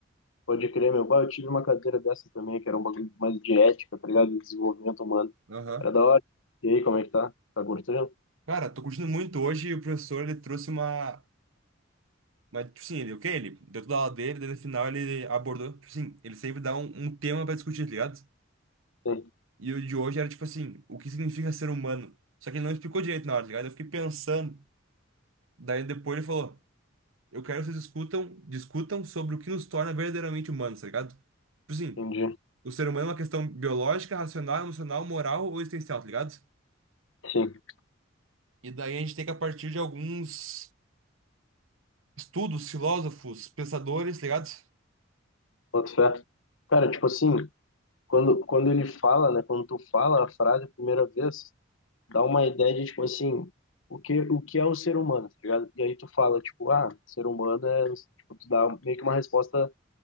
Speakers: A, on the left; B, on the right.
A: pode crer, meu. Pai, eu tive uma cadeira dessa também, que era um bagulho mais de ética, tá ligado? De desenvolvimento humano.
B: Aham.
A: Era da hora. E aí, como é que tá? Tá gostando?
B: Cara, tô curtindo muito. Hoje o professor, ele trouxe uma... uma tipo assim, ele, o quê? Ele deu toda a aula dele, daí no final ele abordou... Tipo assim, ele sempre dá um, um tema pra discutir, tá ligado?
A: Sim,
B: E o de hoje era tipo assim, o que significa ser humano? Só que ele não explicou direito na hora, tá ligado? Eu fiquei pensando. Daí depois ele falou... Eu quero que vocês discutam, discutam sobre o que nos torna verdadeiramente humanos, tá ligado? Tipo assim,
A: entendi.
B: o ser humano é uma questão biológica, racional, emocional, moral ou existencial, tá ligado?
A: Sim,
B: E daí a gente tem que, a partir de alguns estudos, filósofos, pensadores, tá ligado?
A: boto fé. Cara, tipo assim, quando, quando ele fala, né? Quando tu fala a frase a primeira vez, dá uma ideia de, tipo assim, o que, o que é o ser humano, tá ligado? E aí tu fala, tipo, ah, ser humano é... Tipo, tu dá meio que uma resposta